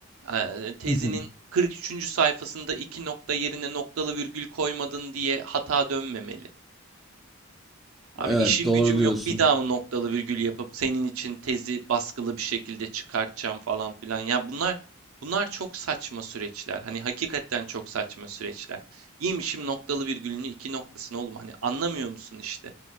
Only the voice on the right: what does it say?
Ee, tezinin
43. sayfasında iki nokta yerine noktalı virgül koymadın diye hata dönmemeli. Abi
işim
gücüm
yok. Bir daha mı noktalı virgül yapıp senin için tezi baskılı bir şekilde çıkartacağım falan filan. Ya bunlar bunlar çok saçma süreçler. Hani hakikaten çok saçma süreçler. Yemişim noktalı virgülünü iki noktasını oğlum hani anlamıyor musun işte?